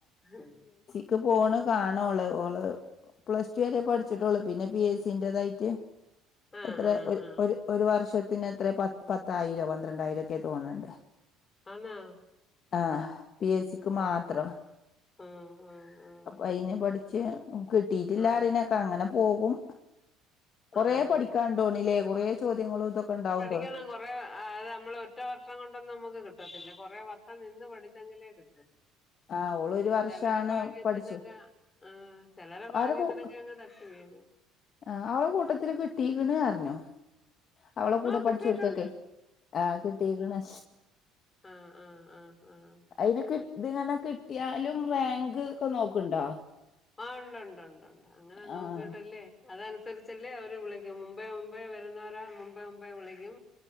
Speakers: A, on the left (about 25°); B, on the left (about 50°).
A: മ്
B: ക്ക് പോണ് കാണോള് ഓള് പ്ലസ് ടു വരെ പഠിച്ച്ട്ടൊള്ളൂ. പിന്നെ പി എസ് സിൻ്റെതായിറ്റ്
A: ആഹ്
B: എത്രേ
A: ആഹ്
B: ഒര്
A: ആഹ്
B: ഒര് ഒരു വർഷത്തിനെ ത്രേ പ പത്തായിരൊ, പന്ത്രണ്ടായിരോക്കെ തോന്ന്ണ്ട്.
A: ആന്നാ
B: ആഹ് പി എസ് സി ക്ക് മാത്രം
A: അത് ശരി ആഹ് ആഹ് ആഹ്
B: അയിന് പഠിച്ച് കിട്ടീട്ടില്ലാ
A: ആഹ്
B: അറിന് കങ്ങനെ പോകും കൊറേ
A: ആഹ്
B: പഠിക്കാണ്ടോണില്ലേ കൊറേ ചോദ്യങ്ങളും ഇതൊക്കെ ഇണ്ടാവും
A: <unintelligible> നമ്മളൊറ്റ വർഷം കൊണ്ടൊന്നും നമുക്ക് കിട്ടത്തില്ല കൊറെ വർഷം നിന്ന് പഠിച്ചെങ്കിലേ കിട്ടു
B: ആഹ് ഓള് ഒരു വർഷാണ്
A: ചെലരെ ഭാഗ്യത്തിനൊക്കെ
B: പഠിച്ചു
A: ആഹ് ചെലര ഭാഗ്യത്തിനൊക്കെയങ്ങ്
B: ആരെ കൂ
A: <unintelligible>
B: ആഹ് അവളെ കൂട്ടത്തില് കിട്ടീക്കണ് പറിഞ്ഞു അവളെ കൂടെ
A: ആഹ് കിട്ടിയിട്ടുണ്ട്
B: പഠിച്ചോര്കൊക്കെ ആഹ് കിട്ടീക്ക്ണ്
A: ആഹ് ആഹ് ആഹ് ആഹ്
B: അയിന് കി ഇതിങ്ങനെ കിട്ടിയാലും റാങ്ക്ക്കെ നോക്ക്ണ്ടോ
A: ആഹ് ഉണ്ട് ഉണ്ട് ഉണ്ട് ഉണ്ട് അങ്ങനെ നോക്കീട്ടല്ലേ
B: ആഹ്
A: അതനുസരിച്ചല്ലേ അവര് വിളിക്കും മുമ്പേ മുമ്പേ വരുന്നോര മുമ്പേ മുമ്പേ വിളിക്കും